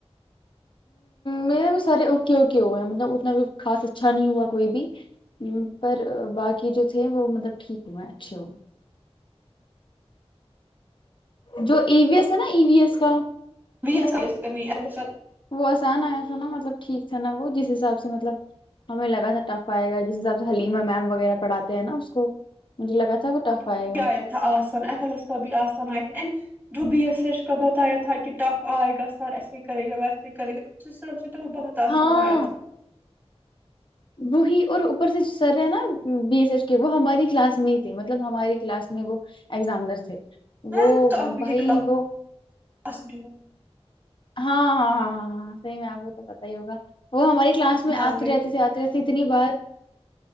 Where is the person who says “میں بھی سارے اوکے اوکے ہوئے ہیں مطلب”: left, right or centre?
Left